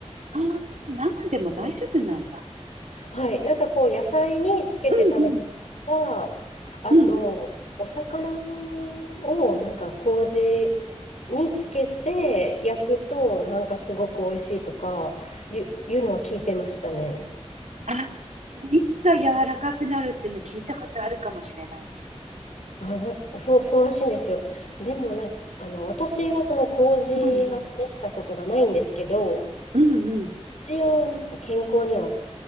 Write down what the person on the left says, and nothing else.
はい。はい。なんかこう、野菜につけて食べたりとか、
あと、
お魚をなんか麹につけて焼くと、なんかすごく美味しいとか、いう、いうのは聞いてましたね。
あ、な、そう、そうらしいんですよ。でもな、あの、私はその麹は試したことがないんですけど、
一応なんか健康には